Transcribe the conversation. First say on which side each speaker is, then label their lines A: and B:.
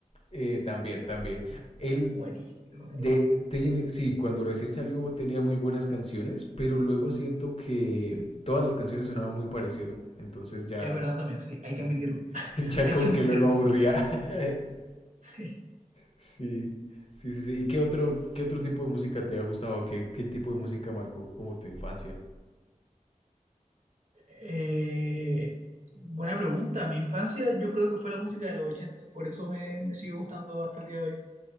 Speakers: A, on the left (about 45°); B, on the right (about 65°).
A: Eh, también, también. Él
B: Buenísimo,
A: de,
B: Caigo.
A: tiene, sí, cuando recién salió tenía muy buenas canciones, pero luego siento que todas las canciones sonaban muy parecido. Entonces ya,
B: Es verdad también, sí, hay que admitirlo,
A: <laughs>
B: <laughs>
A: ya
B: hay
A: como
B: que admitirlo.
A: que luego aburría. <laughs>
B: <laughs>
A: Sí, sí, sí, sí. ¿Y qué otro, qué otro tipo de música te ha gustado? ¿Qué, qué tipo de música marcó como tu infancia?
B: Eh, buena pregunta. Mi infancia yo creo que fue la música de los ochenta por eso me, me sigue gustando hasta el día de hoy.